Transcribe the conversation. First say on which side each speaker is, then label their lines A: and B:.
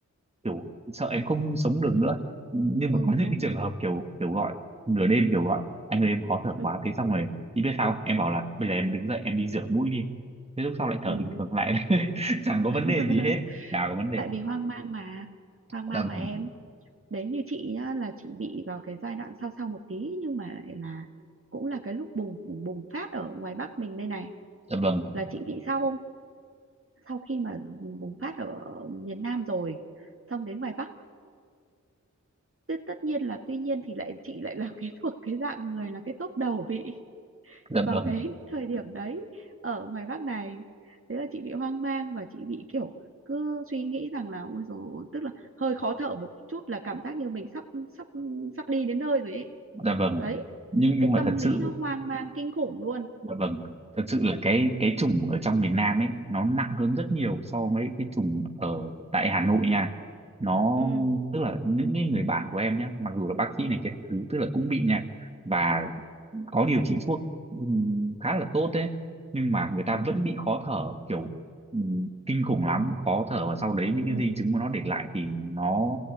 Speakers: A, on the right; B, on the right.
A: kiểu sợ em không sống được nữa. Nhưng
B: ừ
A: mà có những
B: đúng
A: cái trường
B: đúng
A: hợp kiểu kiểu gọi nửa đêm kiểu gọi anh ơi em khó thở
B: ừ
A: quá thế xong rồi chị biết sao không? em bảo là bây giờ em đứng dậy em đi rửa mũi đi thế lúc sau lại thở
B: ừ
A: bình thường lại <laughs> chẳng có
B: <laughs>
A: vấn đề gì hết chả có vấn đề
B: tại vì hoang mang mà hoang mang
A: dạ
B: mà
A: vâng
B: em đấy như chị nhá là chị bị vào cái giai đoạn sau sau một tí nhưng mà lại là cũng là cái lúc bùng bùng phát ở ngoài Bắc mình đây này
A: dạ vâng
B: là chị bị sau sau khi mà bùng phát ở miền Nam rồi xong đến ngoài Bắc tất tất nhiên là tuy nhiên thì lại chị lại là <laughs> cái thuộc cái dạng người là cái tốp đầu bị
A: dạ
B: vào
A: vâng
B: cái <laughs> thời điểm đấy ở ngoài Bắc này thế là chị bị hoang mang và chị bị kiểu cứ suy nghĩ rằng là ôi dồi tức là hơi khó thở một chút là cảm giác như mình sắp sắp sắp đi đến nơi rồi ấy
A: dạ vâng
B: đấy
A: nhưng nhưng
B: cái
A: mà
B: tâm
A: thật
B: lý
A: sự
B: nó hoang mang kinh khủng luôn
A: Dạ vâng, thật sự là cái cái chủng ở trong miền Nam ấy nó nặng hơn rất nhiều so với cái chủng ở tại Hà Nội nha. Nó
B: ừ
A: tức là những cái người bạn của em nhé, mặc dù là bác sĩ này cái thứ tức là cũng bị nha và có điều trị thuốc ừm, khá là tốt đấy, nhưng mà người ta
B: ừ
A: vẫn bị khó thở kiểu ừm, kinh khủng lắm, khó thở và sau đấy những cái
B: ừ
A: di chứng mà nó để lại thì nó